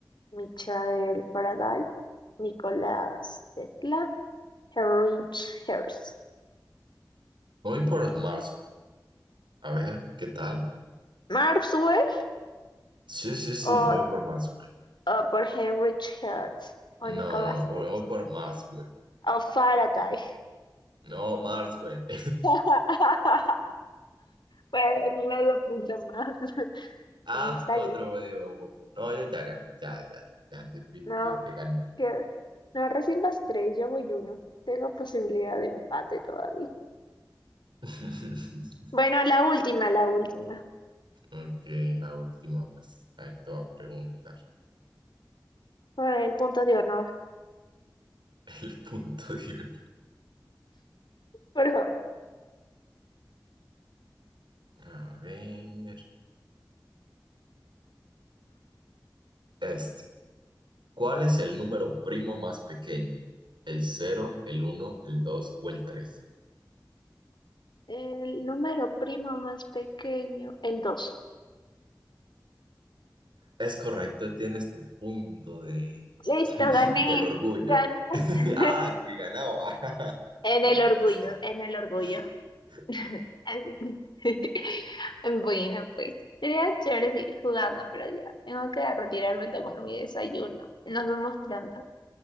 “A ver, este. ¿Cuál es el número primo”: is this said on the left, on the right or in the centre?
Right